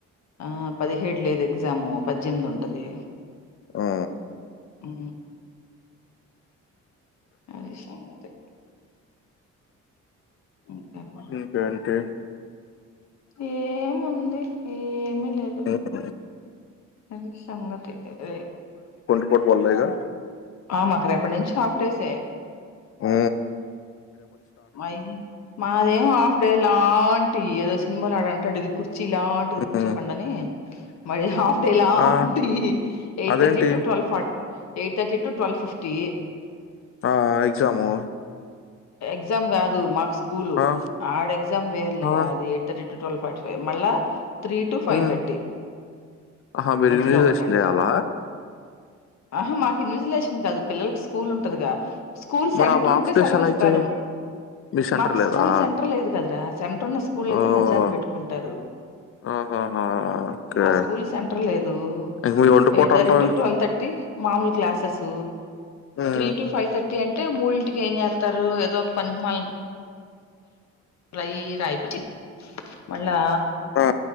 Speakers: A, on the left; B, on the left.
A: ఆ పదిహేడు లేదు ఎగ్జాము పజ్జెనిమిది ఉంటది
B: ఆ
A: ఉ.. అది సంగతే ఇంకమ్మా
B: ఇంకా ఎంటీ
A: ఏముంది ఏమిీ లేదు
B: ఉమ్.
A: అది సంగతి రే
B: కోట్ బోల్లే గ
A: ఆ మాకు రేపటి నుంచి హాఫ్ డేసే
B: ఊ..
A: మయి మాదెం హాఫ్ డే లాన్ టిది ఏదో సినిమాలా ఆడంటడు ఏదొ కుర్ చి లాంటిది కూర్చోకండనీ,
B: ఉమ్.
A: మది హాఫ్ డే లాంటిది.
B: ఆ
A: ఎయిట్
B: అదేంటి
A: థర్టీ to twelve for eight thirty to twelve fifty.
B: ఆ ఎగ్జాము
A: ఎగ్జామ్ కాదు మార్క్స్ స్కూలు
B: ఆ,
A: ఆడ్ ఎగ్జామ్ వేర్లే
B: ఆ,
A: అది eight thirty to twelve. Forty five మళ్ళా త్రీ టు ఫైవ్
B: మ్మ్
A: థర్టీ
B: ఆహా మీర్
A: మధ్యలో
B: ఇన్విజిలేషన్
A: ఒక గంట
B: చేయాల?
A: ఆహా మాకు ఇన్విసిలేషన్ కాదు పిల్లలకి స్కూల్ ఉంటదిగా! స్కూల్ సెంటర్
B: మరి ఆ హాఫ్
A: ఉంటే
B: డేస్
A: సెలవిస్తారు.
B: ఎలా అవుతాయి మీ సెంటర్
A: మాకు
B: లేదా
A: స్కూల్ సెంటర్ లేదు కదరా! సెంటర్ ఉన్న స్కూల్లయితే
B: ఓ
A: మధ్యానం పెట్టుకుంటారు.
B: ఆహాహా! ఓకే.
A: మా స్కూల్ సెంటర్ లేదు.
B: ఇంక మీ ఒంటి పూట
A: ఎయిట్ థర్టీ
B: అంటావెందుకు?
A: ట్వల్ థర్టీ మామూలు క్లాసెస్
B: హ్మ్.
A: త్రీ టు ఫైవ్ థర్ టె అంటే మూడింటికి ఏం చేత్తారు? ఏదో పనికిమాలిన్ రై రాయ్పిచ్చి మళ్ళా,
B: ఆ!